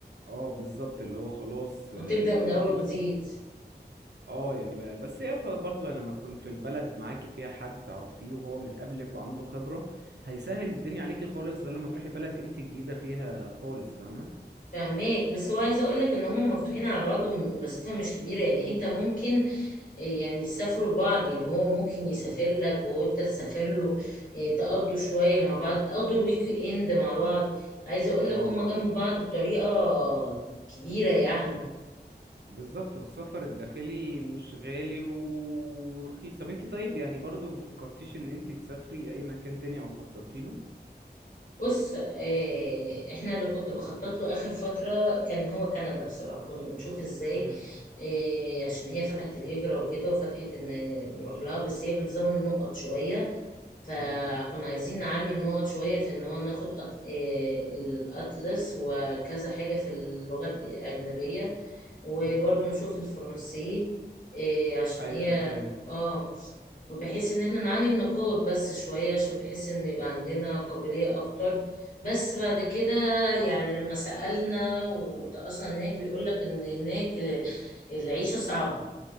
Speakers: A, on the right (about 75°); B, on the left (about 50°).
A: اه بالظبط اللي هو خلاص آه،
B: وتبدأ
A: لقيتي
B: من اول وجديد
A: بس اه يعني ب- بس هي ف- برضه يعني لما تكون في البلد معاكي فيها حد تعرفيه وهو من قبلك وعنده خبرة هيسهل الدنيا عليكي خالص غير لما تروحي بلد انت جديدة فيها خالص فاهمة
B: فاهماك بس هو عايزه اقول لك ان هم مفتوحين على بعض مسافه مش كبيره يعني انت ممكن إيه يعني يسافروا لبعض يعني هو ممكن يسافر لك وانت تسافر له إيه، تقضوا شوية مع بعض تقضوا الويك اند مع بعض عايزة اقول لك
A: اه
B: هما
A: اه
B: جنب بعض بطريقة كبيرة يعني
A: بالظبط والسفر الداخلي مش غالي ورخيص طب انت طيب يعني برضه ما فكرتيش ان انت تسافري اي مكان تاني او خططتي له
B: بص إيه، احنا اللي كنت بخطط له اخر فترة كان هو كندا بصراحة كنا بنشوف ازاي
A: مم.
B: إيه، عشان هي فتحت الهجرة وكده وفتحت ان نروح لها بس هي بنظام النقط شوية فكنا
A: مم.
B: عايزين نعلي النقط شوية في ان هو ناخد أط... آه، الأطلس وكذا حاجة في اللغة الأجنبية وبرضه
A: مم.
B: نشوف الفرنسي آه، عشان
A: ايوه
B: هي
A: فاهم
B: اه وبحيث ان احنا نعلي النقاط بس شوية عشان بحيث ان يبقى عندنا قابلية اكتر بس بعد كده يعني لما سألنا وتأصلنا هناك بيقولك ان هناك العيشة صعبة